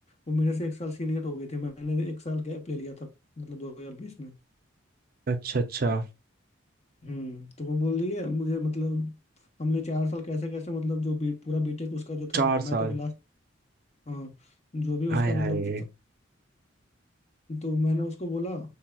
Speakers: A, on the left; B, on the right.
A: वो मेरे से एक साल सीनियर हो गई थी मैंने एक साल गैप ले लिया था मतलब 2020 में
B: अच्छा अच्छा
A: हम्म तो वो बोल रही है मुझे मतलब हमने चार साल कैसे कैसे मतलब जो बी, पूरा बीटेक उसका जो
B: चार
A: था मैं
B: साल
A: तो अभी लास्ट हाँ जो भी उसका
B: हाय हाय
A: मतलब तो मैंने उसको बोला